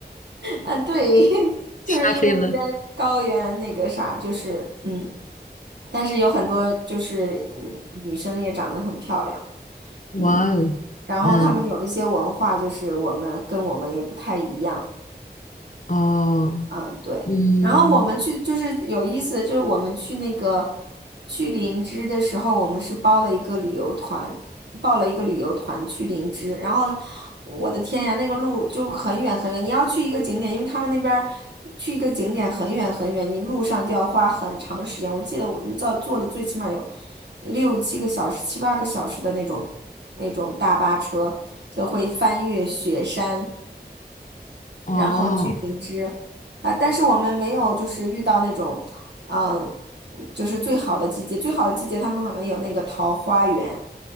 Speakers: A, on the right (about 85°); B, on the left (about 45°).
A: 啊，对，<laughs> 就是因为那边高原那个啥，
B: 晒黑了。
A: 就是嗯，但是有很多就是嗯女生也长得很漂亮，
B: 哇哦，
A: 嗯，然后他们有一些文化，
B: 嗯，
A: 就是我们跟我们也不太一样，
B: 哦，
A: 嗯，对。
B: 嗯，
A: 然后我们去就是有意思的，就是我们去那个去林芝的时候，我们是包了一个旅游团，报了一个旅游团去林芝。然后我的天呀，那个路就很远很远，你要去一个景点，因为他们那边儿去一个景点很远很远，你路上就要花很长时间。我记得我们坐坐的最起码有六七个小时、七八个小时的那种那种大巴车，就会翻越雪山。
B: 哦，
A: 然后去灵芝啊，但是我们没有就是遇到那种，嗯，就是最好的季节，最好的季节他们可能有那个桃花源，